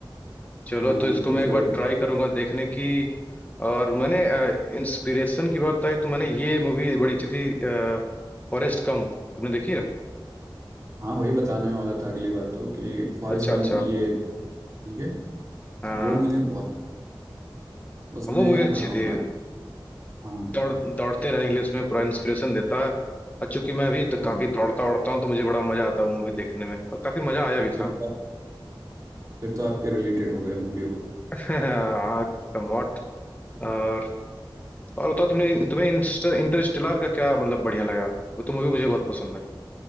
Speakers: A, on the left; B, on the right.
A: चलो
B: हाँ
A: तो इसको
B: तो
A: मैं
B: फिर
A: एक बार ट्राई करूंगा देखने की और मैंने इंस्पिरेशन की बात आई तो मैंने ये मूवी बड़ी अच्छी थी फॉरेस्ट गंप तुमने देखी है
B: हाँ वही बताने वाला था अगली बार तो कि फॉरेस्ट
A: अच्छा
B: गंप
A: अच्छा
B: ये ये तो
A: हाँ
B: वो
A: हाँ।
B: मुझे बहुत उसमें
A: वो मूवी अच्छी
B: हाँ
A: थी
B: भाई हाँ
A: दौड़ दौड़ते रहने के लिए उसमें पूरा इंस्पिरेशन देता है और चूंकि मैं अभी द-
B: हाँ
A: काफी दौड़ता दौड़ता हूँ तो मुझे बड़ा मजा आता है मूवी देखने में और काफी मजा आया भी
B: फिर
A: था
B: तो फिर तो आपके रिलेटेड हो गया मूवी वो
A: <laughs> समवॉट और और बताओ तुमने तुम्हें इंस्टर, इंटरस्टेलर का क्या मतलब बढ़िया लगा वो तो मूवी मुझे बहुत पसंद है